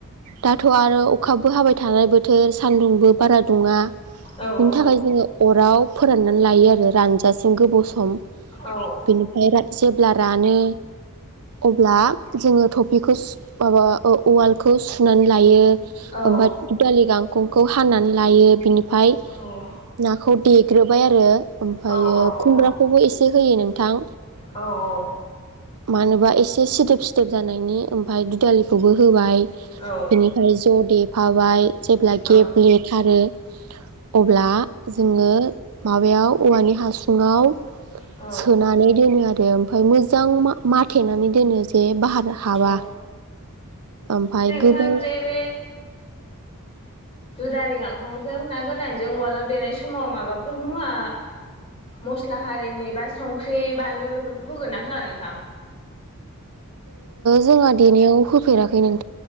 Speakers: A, on the right (about 85°); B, on the left (about 25°).
A: दाथ' आरो अखाबो हाबाय थानाय बोथोर सान्दुंबो बारा दङा
B: औ
A: बिनि
B: औ
A: थाखाय जोङो अराव फोराननानै लायो आरो रानजासिम गोबाव सम
B: औ
A: बेनिफ्राय जेब्ला रानो अब्ला जोङो थफिखौ माबा उवालखौ सुनानै लायो
B: औ
A: ओमफफ्राय उ दालि गांखंखौ हानानै लायो बिनिफ्राय
B: औ
A: नाखौ देग्रोबाय आरो ओमफ्रायो
B: औ औ
A: खुमब्राखौबो
B: औ
A: एसे होयो नोंथां
B: औ औ
A: मानोबा एसे सिदोब सिदोब जानायनि ओमफफ्राय दुदालिखौबो होबाय
B: औ
A: बेनिफ्राय ज' देफाबाय जेब्ला
B: औ
A: गेप लेथारो अब्ला जोङो माबायाव औवानि हासुङाव
B: औ
A: सोनानै दोनो आरो ओमफ्राय मोजां माथेनानै दोनो जे बार हाबा
B: औ
A: ओमफ्राय गोबाव
B: जखां जेब दु दालि गांखंजों ना गोरानजों उवालाव देनाय समाव माबाफोर मुवा मस्ला हारिनि बा संख्रि बानलु बेफोरखौ होगोन ना होआ नोंथां
A: जोंहा देनायाव होफेराखै नों